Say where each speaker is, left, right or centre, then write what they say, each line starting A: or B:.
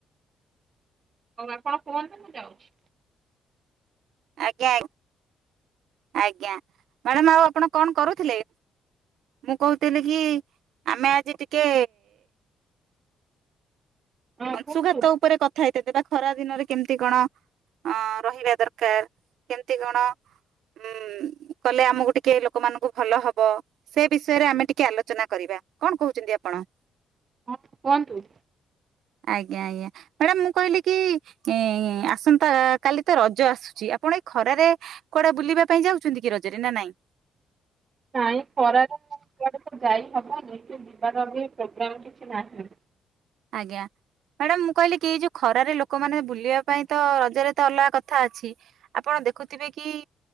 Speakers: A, on the right; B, on the right.
A: ହଉ ଆପଣ କୁହନ୍ତୁ ମୁଁ ଯାଉଚି।
B: ଆଜ୍ଞା ଆଜ୍ଞା ମ୍ୟାଡାମ୍ ଆଉ ଆପଣ କଣ କରୁଥିଲେ? ମୁଁ କହୁଥିଲି କି ଆମେ ଆଜି ଟିକେ
A: ହଁ
B: ଅଂଶୁଘାତ
A: କୁହନ୍ତୁ
B: ଉପରେ କଥା <unintelligible> ଖରା ଦିନରେ କେମିତି କଣ? ଅଁ ରହିବା ଦରକାର କେମତି କଣ? ହୁଁ କଲେ ଆମକୁ ଟିକେ ଲୋକମାନଙ୍କୁ ଭଲ ହବ। ସେ ବିଷୟରେ ଆମେ ଟିକେ ଆଲୋଚନା କରିବା। କଣ କୋହୁଚନ୍ତି ଆପଣ।
A: ହଁ କୁହନ୍ତୁ।
B: ଆଜ୍ଞା ଆଜ୍ଞା। ମ୍ୟାଡାମ୍ ମୁଁ କହିଲି କି ଏ ଆସନ୍ତା କାଲି ତ ରଜ ଆସୁଛି ଆପଣ ଏଇ ଖରାରେ କୁଆଡେ ବୁଲିବା ପାଇଁ ଯାଉଛନ୍ତି କି ରଜରେ ନା ନାଇଁ
A: ନାଇଁ ଖରାରେ କୁଆଡେ ତ ଯାଇ ହବନି, ଯିବାର ବି ପ୍ରୋଗ୍ରାମ କିଛି ନାହଁ।
B: ଆଜ୍ଞା ମ୍ୟାଡାମ୍, ମୁଁ କହିଲି କି ଯୋଉ ଖରାରେ ଲୋକମାନେ ବୁଲିବା ପାଇଁ ତ ରଜରେ ଏତେ ଅଲଗା କଥା ଅଛି, ଆପଣ ଦେଖୁଥିବେ କି